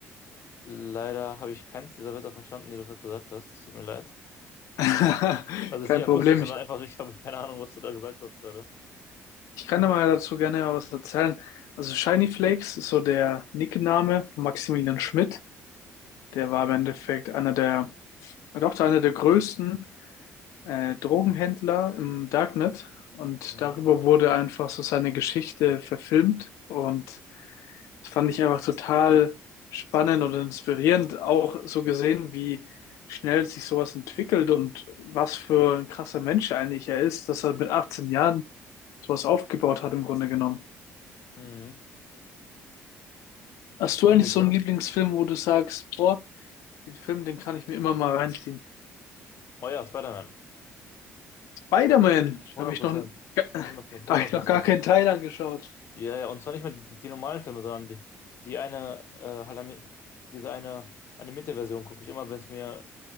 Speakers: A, on the left; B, on the left.
A: Leider habe ich keins dieser Wörter verstanden, die du gerade gesagt hast. Das tut mir leid.
B: <laughs>
A: Also
B: Kein
A: ist nicht akustisch,
B: Problem,
A: sondern
B: ich,
A: einfach, ich habe keine Ahnung, was du da gesagt hast gerade.
B: ich kann dir mal dazu gerne mal was erzählen. Also Shiny Flakes ist so der Nickname von Maximilian Schmidt. Der war im Endeffekt einer der, doch einer der größten äh, Drogenhändler im Darknet und
A: Mhm.
B: darüber wurde einfach so seine Geschichte verfilmt und das fand ich einfach total spannend und inspirierend, auch so gesehen, wie schnell sich sowas entwickelt und was für ein krasser Mensch eigentlich er ist, dass er mit 18 Jahren sowas aufgebaut hat im Grunde genommen.
A: Mhm.
B: Hast du
A: Okay,
B: eigentlich
A: klar.
B: so einen Lieblingsfilm, wo du sagst, boah, den Film, den kann ich mir immer mal reinziehen?
A: Oh ja, Spider-Man.
B: Spider-Man,
A: 100
B: habe ich
A: Prozent.
B: noch, <laughs> da
A: 100
B: habe ich
A: Prozent.
B: noch gar keinen Teil angeschaut.
A: Ja, ja, und zwar nicht mal die, die, die normalen Filme, sondern die, die eine, äh, halt ami- diese eine animierte Version gucke ich immer, wenn es mir,